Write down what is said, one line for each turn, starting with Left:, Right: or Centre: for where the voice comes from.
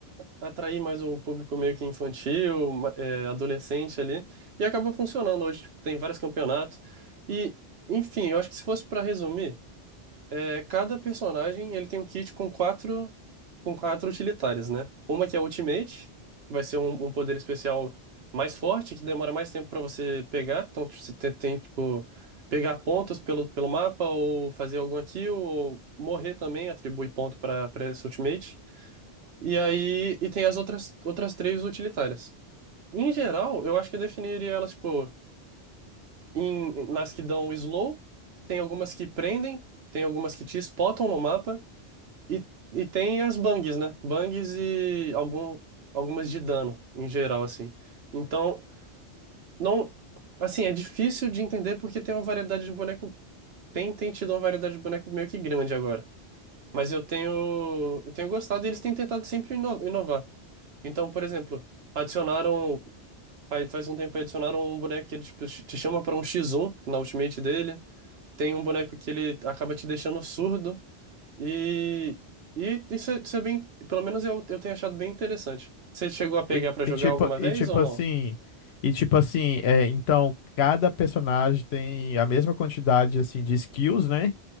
Right: atrair mais o público meio que infantil, ma- é, adolescente ali, e acabou funcionando hoje. Tipo, tem vários campeonatos. E, enfim, eu acho que se fosse para resumir, é, cada personagem ele tem um kit com quatro com quatro utilitárias, né? Uma que é a Ultimate, que vai ser um, um poder especial mais forte, que demora mais tempo para você pegar. Então, tipo, você tem, tem, tipo, pegar pontos pelo, pelo mapa, ou fazer alguma kill, ou morrer também, atribui ponto para para essa Ultimate. E aí, e tem as outras, outras três utilitárias. Em geral, eu acho que eu definiria elas, tipo, em, nas que dão slow, tem algumas que prendem, tem algumas que te spotam no mapa, e, e tem as bangs, né? Bangs e algum, algumas de dano, em geral, assim. Então, não. Assim, é difícil de entender porque tem uma variedade de boneco. Tem, tem tido uma variedade de boneco meio que grande agora. Mas eu tenho. Eu tenho gostado e eles têm tentado sempre ino- inovar. Então, por exemplo, adicionaram. Faz, faz um tempo aí adicionaram um boneco que ele tipo, te chama para um X1 na ultimate dele. Tem um boneco que ele acaba te deixando surdo. E, e isso é, isso é bem. Pelo menos eu, eu tenho achado bem interessante. Você chegou a pegar
Left: E,
Right: pra jogar
Left: e tipo,
Right: alguma
Left: e
Right: vez
Left: tipo
Right: ou
Left: assim,
Right: não?
Left: e tipo assim, é, então cada personagem tem a mesma quantidade assim de skills, né?